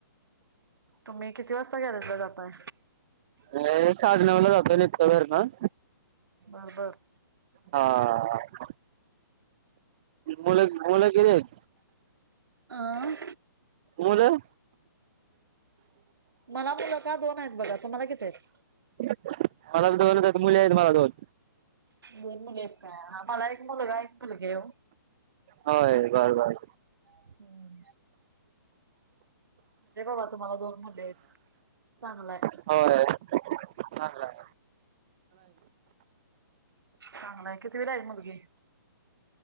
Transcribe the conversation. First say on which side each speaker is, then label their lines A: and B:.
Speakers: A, on the right (about 85°); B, on the right (about 25°).
A: तुम्ही किती वाजता गॅरेजला जाताय?
B: हे, साडे नऊला जातो निघतो घरन
A: बरोबर.
B: हा हाहा. मुलं, मुलं किती आहेत?
A: अं
B: मुलं
A: मला मुल का दोन आहेत बघा, तुम्हाला किती आहेत?
B: <inaudible> मला दोनच मुली आहेत मला बघा दोन
A: दोन मुली हायत का हा मला एक मुलगा एक मुलगी आहे ओ
B: होय बर बर.
A: हम्म म्हणजे बाबा तुम्हाला दोन मुली आहेत चांगल ये
B: होय चांगलाये.
A: चांगलंय कितविला आहे मुलगी?